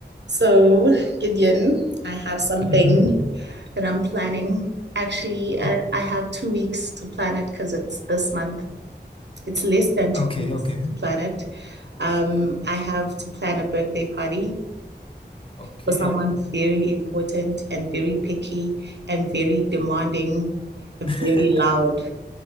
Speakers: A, on the right (about 75°); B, on the left (about 30°).
A: So, Gideon, I have something
B: Mm-hmm.
A: that I'm planning. Actually,
B: Oh,
A: I, I have two weeks to plan it because it's this month. It's less than two
B: okay,
A: weeks
B: okay,
A: to plan it. Um, I have to plan a birthday party
B: okay.
A: for someone very important and very picky and very demanding and
B: <laughs>
A: very loud.